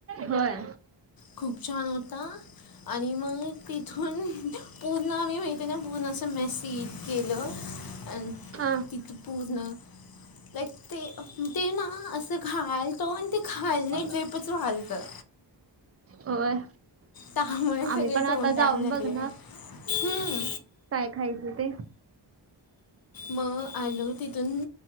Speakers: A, on the right (about 35°); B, on the left (about 55°).
A: होय.
B: खूप छान होता आणि मग तथून पूर्ण आम्ही पूर्ण असं मेसेज केलं अन्
A: हा.
B: क पूजण लाईक ते ते ना अस ते घालतो आणि ते खाल
A: हा
B: नाही टेपच घालतं.
A: होय.
B: तामुळे
A: आम्ही
B: सगळे
A: पण आता
B: तोंडडायला
A: जाऊन
B: लागले
A: बघणार
B: हम्.
A: काय खायचं ते.
B: मग आलो तिथून